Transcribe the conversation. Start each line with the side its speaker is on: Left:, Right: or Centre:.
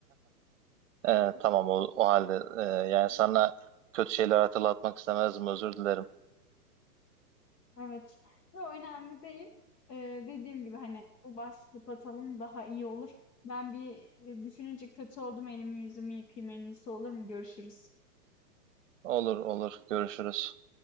Right: E, tamam o, o halde e, yani sana kötü şeyler hatırlatmak istemezdim özür dilerim.
Left: Evet. Yo, önemli değil. Eee, dediğim gibi hani bu bahsi kapatalım daha iyi olur. Ben bir e, düşününce kötü oldum. Elimi yüzümü yıkayayım en iyisi olur mu? Görüşürüz.
Right: Olur olur görüşürüz.